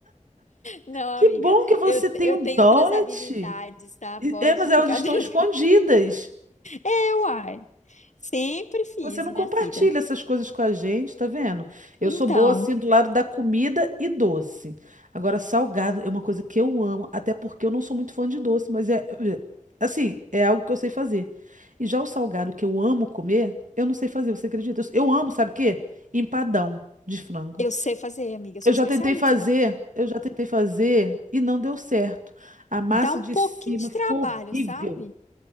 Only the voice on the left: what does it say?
Não, amiga,
eu,
eu
tenho
outras habilidades, tá?
Pode
ficar
tranquila.
<laughs> É, uai. Sempre fiz,
minha
filha.
Então,
eu sei fazer, amiga, eu sou
especialista.
Dá um
pouquinho
de
trabalho,
sabe?